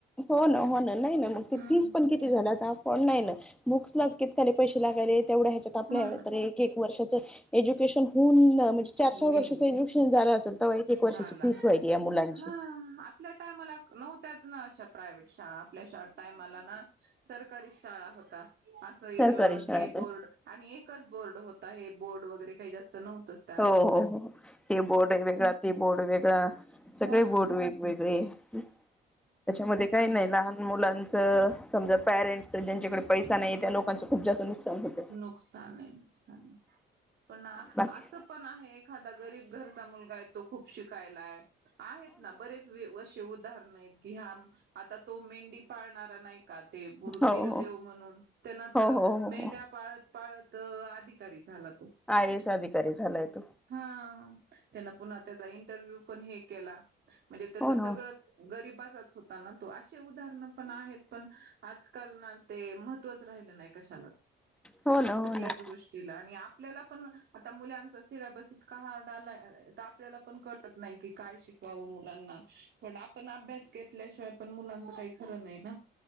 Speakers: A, in the centre; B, on the right (about 60°).
A: हो ना... हो ना... नाही ना... मग ते
B: हम्म
A: फीस पण किती झाल्या... आता... आपण नाई ना... बुक्सलाच किती त्याले पैशे लागाले... तेवढ्या ह्येच्यात आपल्या
B: हो ना
A: एक... एक वर्षाचं एज्युकेशन होऊन... म्हणजे चार
B: निघ
A: चार वर्षाचं एड्युकेशन झालं आसल... तव्हा एक एक वर्षाची
B: झाला
A: फीस... व्हायलीय या मुलांची.
B: हा आपल्या टायमाला नव्हत्याच ना अशा प्रायव्हेट शाळा... आपल्या... शा... टायमाला ना सरकारी शाळा होता... असं
A: सरकारी शाळा
B: हे बोर्ड
A: तर
B: आणि एकच बोर्ड होता... हे बोर्ड वगैरे काही जास्त नव्हतच.
A: होहो... होहो.. हे बोर्ड एक वेगळा... ते बोर्ड वेगळा सगळे
B: हो ना
A: बोर्ड वेग वेगळे... त्याच्यामध्ये काही
B: आणि
A: नाही लहान मुलां च समजा पॅरेंट्स ज्यांच्याकडे पैसा नाही त्या लोकांचं खूप जास्त नुकसान होत.
B: नुकसान आहे नुकसान पण आसं
A: बाकी
B: पण आहे, एखादा गरीब घरचा मुलगा आहे. तो खूप शिकायलाय. आहेत ना बरेच वे असे उदाहरण आहेत की, ह्या आता तो मेंढी पाळणारा नाही का ते बिरुदेव
A: हो हो
B: म्हणून तेन
A: हो
B: तर
A: हो हो हो
B: मेंढ्या पाळत पाळत अधिकारी झाला तो.
A: आय ए एस अधिकारी झालाय तो.
B: हा त्यान पुन्हा त्याचा इंटरव्ह्यू पण हे केला म्हणजे त्याच
A: हो ना
B: सगळंच गरिबाचाच होता ना तो असे उदाहरण पण आहेत, पण आजकाल ना ते महत्त्वच राहिलं नाही कशालाच?
A: हो ना
B: कुठल्याच
A: हो ना
B: गो ष्टीला आणि आपल्याला पण आता मुलांच सिल्याबस इतका हार्ड आलाय, तर आपल्याला पण कळ त नाही की काय शिकवावं मुलांना? पण आपण अभ्यास घेतल्याशिवाय पण, मुलांच काही खरं नाही ना.